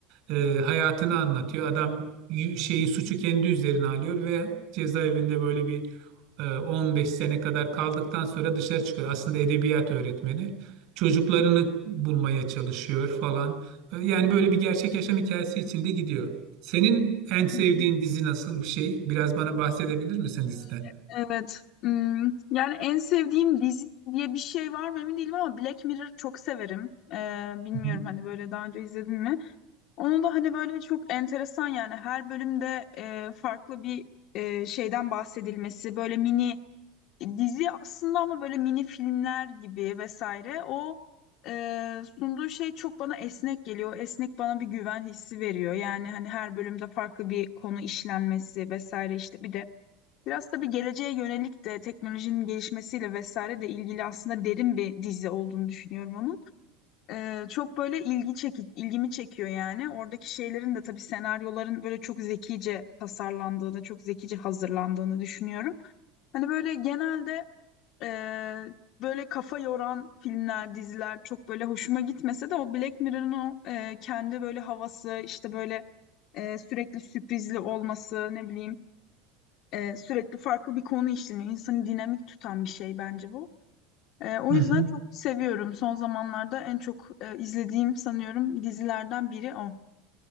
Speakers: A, on the right (about 55°); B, on the left (about 50°).
A: e, hayatını anlatıyor. Adam y- şeyi suçu kendi üzerine alıyor ve cezaevinde böyle bir e, 15 sene kadar kaldıktan sonra dışarı çıkıyor. Aslında edebiyat öğretmeni. Çocuklarını bulmaya çalışıyor falan. E, Yani böyle bir gerçek yaşam hikayesi içinde gidiyor. Senin en sevdiğin
B: Hı hı.
A: dizi nasıl bir şey? Biraz bana bahsedebilir misin
B: Yani
A: diziden?
B: evet. Hmm, yani en sevdiğim dizi diye bir şey var mı emin değilim ama Black Mirror çok severim. Ee, bilmiyorum
A: Hı hı.
B: hani böyle daha önce izledin mi? Onun da hani böyle çok enteresan yani her bölümde e, farklı bir e, şeyden bahsedilmesi böyle mini dizi aslında ama böyle mini filmler gibi vesaire. O e, sunduğu şey çok bana esnek geliyor. Esnek bana bir güven hissi veriyor. Yani hani her bölümde farklı bir konu işlenmesi vesaire işte bir de Biraz tabii geleceğe yönelik de teknolojinin gelişmesiyle vesaire de ilgili aslında derin bir dizi olduğunu düşünüyorum onun. Ee, çok böyle ilgi çeki, ilgimi çekiyor yani. Oradaki şeylerin de tabii senaryoların böyle çok zekice tasarlandığını, çok zekice hazırlandığını düşünüyorum. Hani böyle genelde e, böyle kafa yoran filmler, diziler çok böyle hoşuma gitmese de o Black Mirror'ın o e, kendi böyle havası, işte böyle e, sürekli sürprizli olması, ne bileyim ee, sürekli farklı bir konu işleniyor. İnsanı dinamik tutan bir şey bence bu. Ee, o
A: Hı
B: yüzden
A: hı.
B: çok seviyorum. Son zamanlarda en çok e, izlediğim sanıyorum dizilerden biri o.